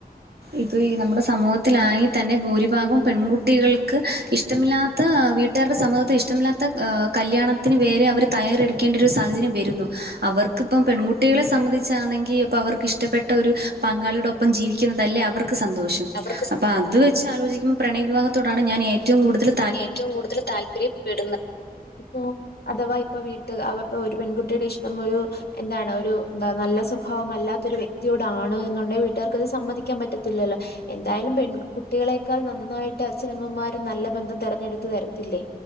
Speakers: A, on the right; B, on the left.
A: ഇപ്പോ ഈ നമ്മുടെ സമൂഹത്തിലാങ്ങി തന്നെ ഭൂരിഭാഗം പെൺകുട്ടികൾക്ക് ഇഷ ഇഷ്ടമില്ലാത്ത വീട്ടാരുടെ സമൂഹത്തിൽ ഇഷ്ടമില്ലാത്ത ക കല്യാണത്തിന് വേരെ അവര് തയ്യാറെടുത്ത ക്കേണ്ടൊരു സാഹചര്യം വരുന്നു. അവർക്കിപ്പം പെൺകുട്ടികളെ സംബന്ധിച്ചാന്നെങ്കിൽ ഇപ്പ വർക്ക് ഇഷ് ഷ്ട്ടപ്പെട്ട ഒരു പങ്കാളിയുടെ ഒപ്പം ജീവിക്കുന്നത തല്ലേ അവർക്ക് സന്തോഷം.
B: അവർക്ക്
A: അപ്പൊ അത് വെച്ച് ആലോചിക്കുമ്പോ പ്രണയ വിവാഹത്തോടാണ് ഞാൻ ഏറ്റവും കൂടുതല്
B: ഏറ്റവും കൂടുതൽ താല്പര്യപ്പെടുന്നത് ഇപ്പോ അഥവാ ഇപ്പ വീട്ട് അവ പ്പൊ ഒരു പെൺകുട്ടിയുടെ ഇഷ്ടം ഒരു എന്താണ് ഒരു എന്താ നല്ല സ്വഭാവമല്ലാത്തൊരു വ്യക്തിയോടാണ് എന്നുണ്ടെ വീട്ടുകാർക്ക് അത് സമ്മതിക്കാൻ പറ്റത്തില്ലല്ലോ? എന്തായാലും പെൺ കുട്ടികളെക്കാൾ നന്നായിട്ട് അച്ഛനമ്മമാരും നല്ല ബന്ധം തെരഞ്ഞെടുത്ത് തരത്തില്ലേ?